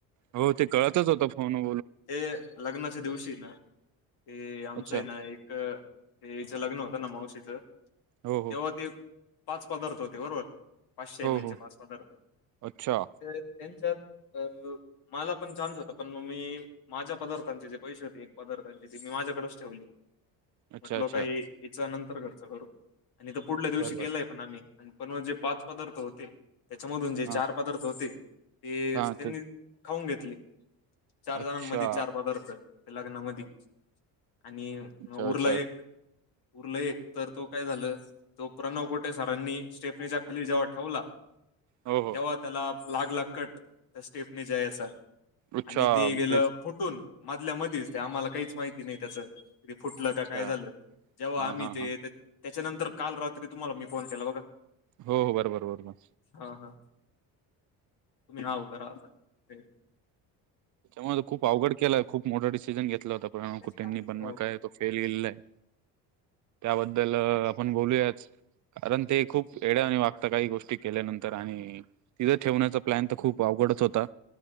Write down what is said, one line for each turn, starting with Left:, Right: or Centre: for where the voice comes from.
Right: हो,, ते कळतच होतं फोनऽ
Left: हे,, लग्नाच्या दिवशी नाऽ ते,, आमचं
Right: अच्छा
Left: आहे ना एक,, लग्न होतं ना मावशीचंऽ
Right: हो हो
Left: तेव्हा ते, पाच पदार्थ होते बरोबर. पाचशे एम
Right: हो
Left: एलचे
Right: हो
Left: पाच पदार्थ,,
Right: अच्छा
Left: तर त्यांच्यात अऽ मला पण चा्स होता, पण मग मी माझ्या पदार्थांचे जे पैसे होते, एक पदार्थांचे ते मी माझ्याकडेच ठेवलेऽ
Right: अच्छा
Left: म्हटल
Right: अच्छा
Left: का ही,, हिचा नंतर खर्च करूऽ आणि त पुढल्या दिवशी
Right: बरोबर
Left: केलाय पण आम्ही,, पण म जे पाच पदार्थ होतेऽ त्याच्यामधून जे चार
Right: हा
Left: पदार्थ होते,, ते
Right: हा
Left: त्यांनी
Right: ते
Left: खाऊन घेतले. चार
Right: अच्छा
Left: जणांमध्येध चार पदार्थ,,, लग्नामध्ये,, आणिऽ
Right: अच्छा
Left: उरला
Right: अच्छा
Left: एक,, उरला एक, तर तोऽ काय झालं तो प्रणव कोटे सरांनी स्टेफनीच्या खाली जेव्हा ठेवला
Right: हो हो
Left: तेव्हा त्याला लागला कट त्या स्टेपने जायचा
Right: अच्छा
Left: आणि ते गेलं
Right: मग तेच
Left: फुटून मधल्या मधच ते आम्हाला काहीच माहिती नाही त्याचं फुटलं
Right: अच्छा
Left: का काय झालं जेव्हा
Right: हा
Left: आम्ही
Right: हा
Left: ते
Right: हा
Left: त्याच्यानंतर काल रात्री तुम्हाला मी फोन केला बघा
Right: हो हो,, बरोबर बरो बर.
Left: हा हा,, तुम्ही हव करा,, आता तेऽ
Right: त्याच्यामुळे खूप अवघड केलाय,, खूप मोठा डिसिजन घेतला होता,, प
Left: हो
Right: कुठेनी पण म काय तो फेल गेलेला आहे. त्याबद्दल आपण बोलूयाच,, कारण ते खूप येड्या आणि वागऽ आता काही गोष्टी केल्यानंतर आणि,, तिथं ठेवण्याचा प्लॅन तर खूप अवघडच होता.